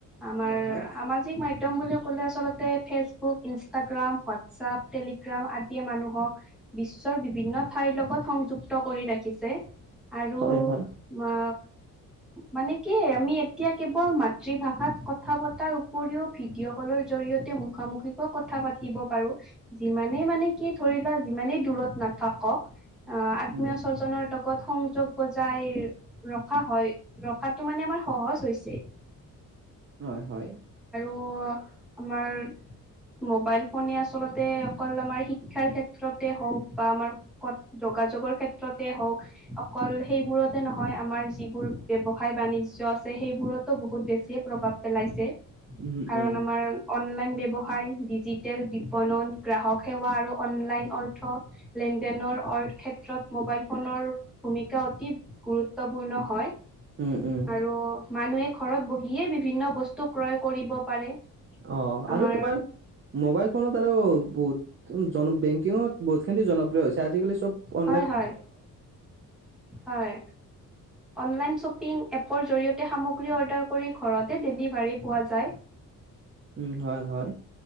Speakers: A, in the centre; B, on the right.
A: আমাৰ
B: হয় হয়
A: সামাজিক মাধ্যম বুলি কলে আচলতে ফেচবুক, ইনষ্টাগ্ৰাম, হোৱাটছআপ, টেলিগ্ৰাম আদিয়ে মানুহক বিশ্ব শৰ বিভিন্ন ঠাইৰ লগত সংযুক্ত কৰি ৰাখিছে আৰু
B: হয় হয়
A: আ মানে কি আমি এতিয়া কেৱল মাতৃভাষাত কথা পতাৰ উপৰিও ভিডিঅ ক'ল জৰিয়তে মুখামুখিকৈ কথা পাতিব পাৰো, যিমানে মানে কি ধৰি লোৱা যিমানে দূৰত নাথাকক, আ আত্মীয়
B: উম
A: স্বজনৰ লগ আগত সংযোগ বজাই ৰখা হয়, ৰখাটো মানে আমাৰ সহজ হৈছে।
B: হয় হয়।
A: অ আমাৰ মোবাইল ফোনে আচলতে অকল আমাৰ শিক্ষাৰ ক্ষেত্ৰতে হওক বা আমাৰ ক'ত যোগাযোগৰ ক্ষে ক্ষেত্ৰতে হওক, অকল সেইবোৰতে নহয় আমাৰ যিবোৰ ব্যৱসায়- বাণিজ্য আছে সেইবোৰত ত বহুত বেছি এ প্ৰভাৱ পেলাইছে
B: উম
A: কাৰণ
B: উম
A: আমাৰ অন অনলাইন ব্যৱসায়, ডিজিটেল বিপণন, গ্ৰাহক সেৱা আৰু অনলাইন অৰ্থ, লেনদেন এনৰ অৰ ক্ষেত্ৰত মোবাইল ফোনৰ ভূমিকা অতি গুৰুত্বপূৰ্ণ হয়
B: উম উম
A: আৰু মানুহে ঘৰত বহিয়ে বিভিন্ন বস্তু ক্ৰয় কৰিব পাৰে।
B: অ
A: আমাৰ
B: আৰু তোমাৰ মোবাইল ফোনত আৰু বহুত জন বেংকিঙত বহুতখিনি জনপ্ৰিয় হৈছে আজিকালি চব প
A: হয় হয়, হয় অনলাইন শ্বপিং এপৰ জৰিয়তে সামগ্ৰী অৰ্ডাৰ কৰি ঘৰতে ডেলিভাৰী পোৱা যায়।
B: উম, হয় হয়